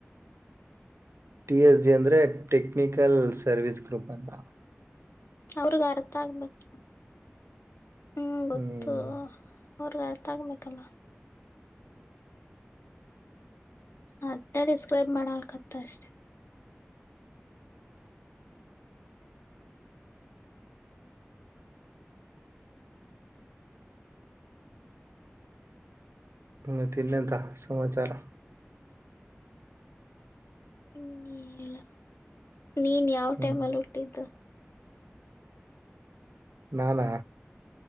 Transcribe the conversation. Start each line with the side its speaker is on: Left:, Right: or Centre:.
Right: ಟಿ ಎಸ್ ಜಿ ಅಂದ್ರೆ ಟೆಕ್ನಿಕಲ್ ಸರ್ವಿಸ್ ಗ್ರೂಪ್ ಅಂತ
Left: ಅವ್ರಿಗ ಅರ್ಥ ಆಗ್ಬೇಕ ಹ್ಮ್ ಗೊತ್ತು
Right: ಹ್ಮ್
Left: ಅವ್ರಗಾಯ ತಗಬೇಕಲ್ಲ ತ್ತ ಡಿಸ್ಕ್ರೈಬ್ ಮಾಡ ಹಾಕತ್ತ ಅಷ್ಟೇ
Right: ಮ ತಿನ್ನದ ಸಮಾಚಾರ
Left: ಹ್ಮಲ್ಲ ನೀನ್ ಯಾವ
Right: ಹ್ಮ್
Left: ಟೈಮ್ಲ್ಲಿ ಹುಟ್ಟಿದ್ದು
Right: ನಾಾನ